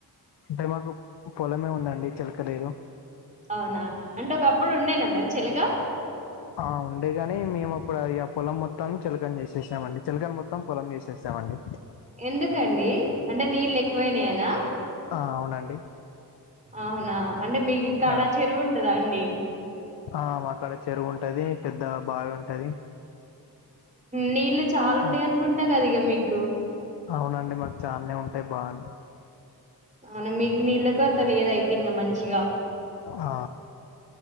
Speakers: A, on the left; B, on the right.
A: అంటే మాకు పొలమే ఉందండి చిలక లేదు
B: అవునా అంటే ఒకప్పుడు ఉండేనా మరి చెలక
A: ఆ ఉండేగాని మేము ఇప్పుడు ఇక పొలం మొత్తం చిలకం చేసేసామండి చిలకం మొత్తం పొలం చేసామండి
B: ఎందుకండి అంటే నీళ్లు ఎక్కువయినాయనా
A: ఆ అవునండి
B: అవునా అంటే మీకు కాడా
A: ఆ
B: చెరువు ఉంటదా అండి
A: ఆ అక్కడ చెరువు ఉంటది పెద్ద బావి ఉంటది
B: నీళ్ళలు చాలా ఉంటాయ
A: ఆ,
B: అనుకుంటా కదా ఇగా మీకు
A: అవునండి మాకు చానే ఉంటాయి బాగుంది
B: అవున మీకు నీళ్ళ కొరత లేదయితే ఇంకా మంచిగా
A: ఆ